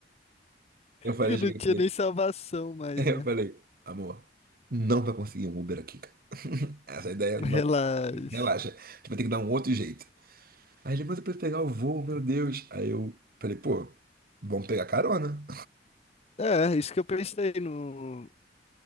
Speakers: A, on the right; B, on the left.
A: Eu falei,
B: Eu
A: cheguei
B: não tinha
A: com ele.
B: nem salvação mais,
A: <laughs> Eu
B: né?
A: falei, amor, não vai conseguir um Uber aqui, cara. <laughs> Essa ideia não.
B: Relaxa.
A: Relaxa, a gente vai ter que dar um outro jeito. Aí ele, mas eu preciso pegar o voo, meu Deus. Aí eu falei, pô, vamos pegar carona.
B: É, isso que eu pensei no.